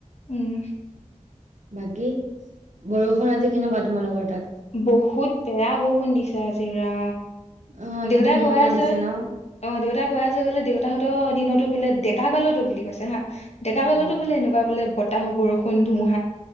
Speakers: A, on the left (about 55°); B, on the right (about 65°).
A: উম
B: বাকী বৰষুণ আজি কেনেকুৱা তোমালোকৰ তাত
A: বহুত বেয়া বহুত বৰুষুণ দিছে আজি ৰা
B: অ আজি
A: দেউতাই
B: ধুমুহা
A: কৈ আছে
B: দিছে ন
A: অ দেউতাক কৈ আছে বোলে দেউতাহতৰ দিনতো বোলে ডেকা কালতো বুলি কৈছে হা ডেকা কালতো
B: উম
A: বোলে এনেকুৱা বোলে বতাহ বৰষুণ ধুমহা